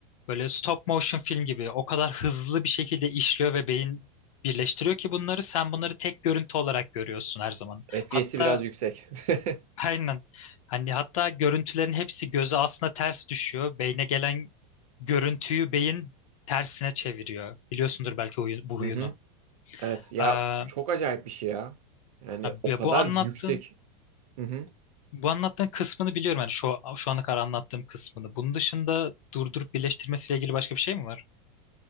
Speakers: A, on the left; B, on the right.
A: Böyle stop motion film gibi o kadar hızlı bir şekilde işliyor ve beyin birleştiriyor ki bunları sen bunları tek görüntü olarak görüyorsun her zaman.
B: FPS'i
A: Hatta
B: biraz yüksek. <laughs>
A: Aynen. Hani hatta görüntülerin hepsi göze aslında ters düşüyor. Beyne gelen görüntüyü beyin tersine çeviriyor. Biliyorsundur belki huyu- bu huyunu.
B: Hı hı. Evet ya
A: Ee, ha,
B: çok acayip bir şey ya. Yani o
A: ya
B: kadar
A: bu anlattığım
B: yüksek. Hı hı.
A: bu anlattığın kısmını biliyorum. Yani şu şu ana kadar anlattığım kısmını. Bunun dışında durdurup birleştirmesiyle ilgili başka bir şey mi var?